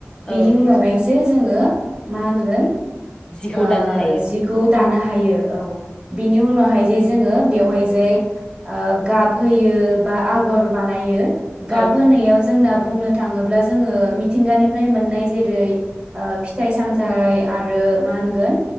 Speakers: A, on the left; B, on the right.
A: औ
B: बिनि उनावहाय जे जोङो मा होनगोन
A: जिखौ
B: ओ
A: दानो हायो
B: जिखौ दानो हा हायो औ बिनि उनावहाय जे जोङो बेवहाय जाय गाब होयो बा आगर बानायो
A: औ
B: गाब होनायाव जोंनाब बुंनो थाङोब्ला जोङो मिथिंगानिफ्राय मोननाय जेरै ओ फिथाइ सामथायाइ आरो मा होनगोन